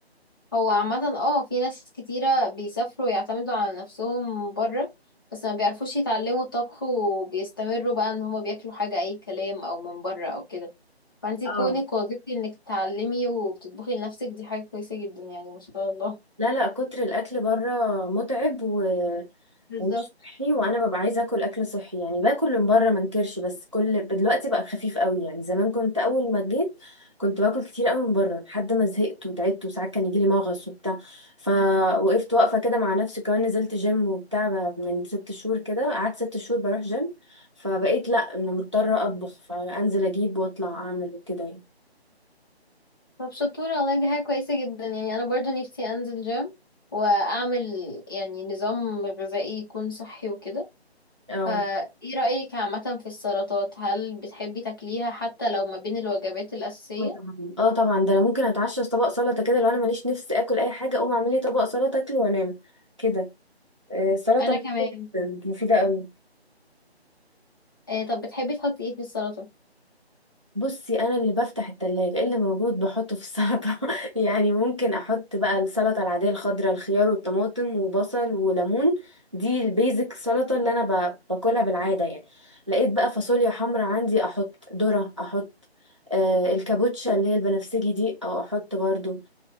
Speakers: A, on the left (about 20°); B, on the right (about 30°).
A: هو عامة اه في ناس كتيرة بيسافروا ويعتمدوا على نفسهم بره بس ما بيعرفوش يتعلموا الطبخ وبيستمروا بقى ان هما بياكلوا حاجة اي كلام او من بره او كده فانتي
B: اه
A: كونك وظيفتي انك تتعلمي وبتطبخي لنفسك دي حاجة كويسة جدا يعني ما شاء الله
B: لا لا كتر الاكل بره متعب و...
A: بالظبط
B: مش صحي وانا ببقى عايزه اكل اكل صحي يعني باكل من بره ما انكرش بس كل دلوقتي بقى خفيف قوي يعني زمان كنت اول ما جيت كنت باكل كتير قوي من بره لحد ما زهقت وتعبت وساعات كان يجيلي مغص وبتاع فوقفت واقفه كده مع نفسي كمان نزلت جيم وبتاع بقى من ست شهور كده قعدت ست شهور بروح جيم فبقيت لا انا مضطره اطبخ فانزل اجيب واطلع اعمل وكده يعني
A: طب شطورة والله دي حاجة كويسة جدا يعني انا برضو نفسي انزل جيم واعمل يعني نظام غذائي يكون صحي وكده
B: اه
A: فايه رأيك عامة في السلطات هل بتحبي تاكليها حتى لو ما بين الوجبات الأساسية
B: اه طبعا اه طبعا ده انا ممكن اتعشى في طبق سلطه كده لو انا ماليش نفس اكل اي حاجه اقوم اعمل لي طبق سلطه اكله وانام كده آه، السلطة
A: انا كمان
B: مفيدة قوي
A: آه طب بتحبي تحطي ايه في السلطة
B: بصي انا اللي بفتح التلاجة إيه اللي موجود بحطه في السلطة <laughs> يعني ممكن احط بقى السلطة العادية الخضراء الخيار والطماطم وبصل وليمون دي البيزك سلطة اللي انا ب- باكلها بالعادة يعني لقيت بقى فاصوليا حمرا عندي احط ذرة احط آه الكابوتشا اللي هي البنفسجي دي او احط برضو